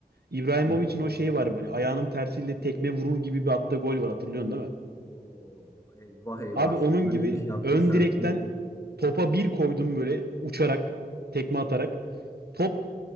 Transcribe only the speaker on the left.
Evet.
Oo, eyvah eyvah.
Böyle
bir şey attıysan.